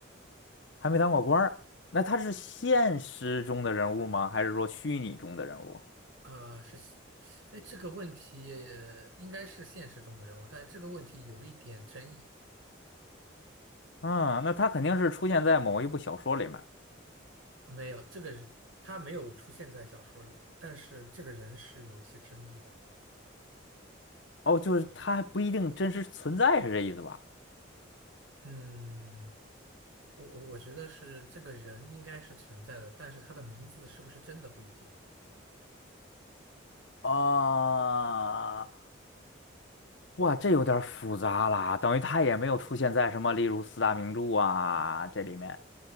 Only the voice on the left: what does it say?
还没当过官儿，那他是现实中的人物吗？还是说虚拟中的人物？
嗯，那他肯定是出现在某一部小说里面。
哦，就是他还不一定真实存在，是这意思吧？
啊，哇，这有点儿复杂啦，等于他也没有出现在什么，例如四大名著啊这里面。